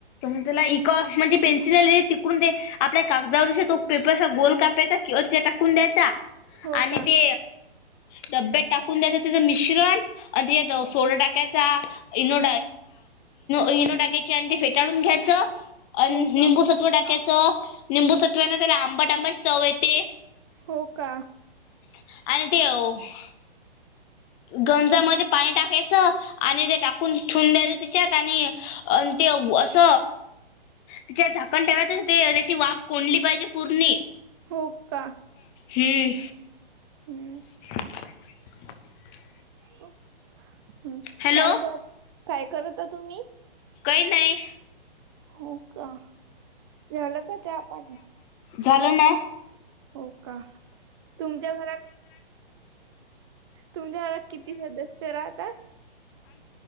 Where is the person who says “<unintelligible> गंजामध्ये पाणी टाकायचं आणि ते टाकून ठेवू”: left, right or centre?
Left